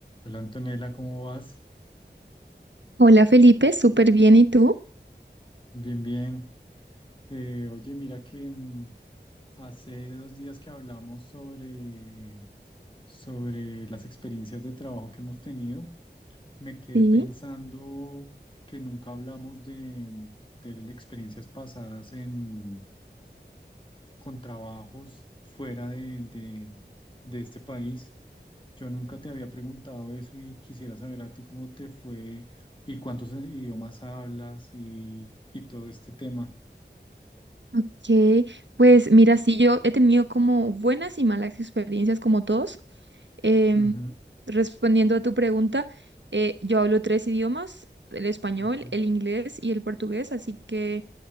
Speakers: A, on the left; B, on the right.
A: Hola Antonella, ¿cómo vas?
B: Hola Felipe, súper bien, ¿y tú?
A: Bien, bien. Eh, oye, mira que mm, hace dos días que hablamos sobre, sobre las experiencias de trabajo que hemos tenido, me quedé
B: Sí.
A: pensando que nunca hablamos de, de las experiencias pasadas en, con trabajos fuera de, de de este país. Yo nunca te había preguntado eso y quisiera saber a ti cómo te fue y cuántos eh, idiomas hablas y, y todo este tema.
B: Ok, pues mira, sí, yo he tenido como buenas y malas experiencias como todos. Em,
A: Ujú,
B: respondiendo a tu pregunta, eh, yo hablo tres idiomas, el español,
A: ujú,
B: el inglés y el portugués, así que